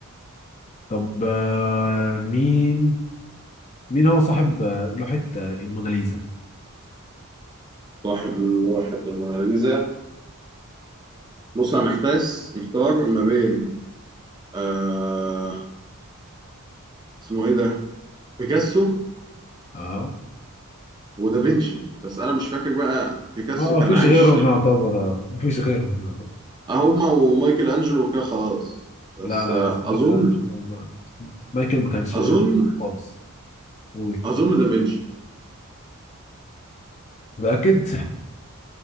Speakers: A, on the left; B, on the right.
A: طب آه، مين مين هو صاحب آه، لوحة آه، الموناليزا؟
B: صاحب لوحة الموناليزا بص أنا محتاس محتار ما بين آه اسمه إيه ده بيكاسو
A: اه
B: ودافنشي بس أنا مش فاكر بقى بيكاسو
A: ما
B: كان
A: فيش
B: عايش
A: غيرهم
B: ساعة
A: يعتبر آه. ما فيش غيرهم يعتبر
B: اه هما ومايكل أنجلو وكده خلاص بس
A: لا لا
B: آه
A: بس مايكل
B: أظن
A: أنجلو ما- مايكل ما كانش
B: أظن
A: خالص قول
B: أظن دافنشي
A: متأكد